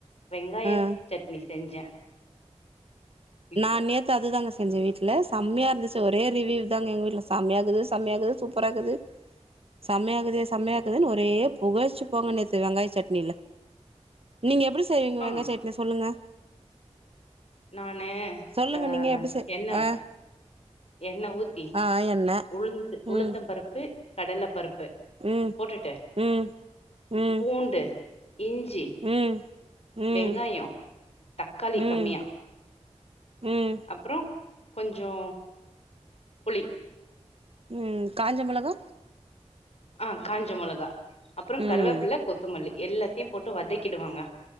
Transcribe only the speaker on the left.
வெங்காய
சட்னி செஞ்சே இப்போ
ஆ
நானு
ஆ
எண்ண
எண்ண ஊத்தி
உள்ந் உளுத்தம்
பருப்பு கடல பருப்பு
போட்டுட்டு
பூண்டு இஞ்சு
வெங்காயோ தக்காளி
கம்மியா
அப்றோ கொஞ்சோ புளி
ஆ காஞ்ச மொளகா அப்றம்
கருவேப்ல கொத்தமல்லி எல்லாத்தையு போட்டு வதக்கிடுவங்க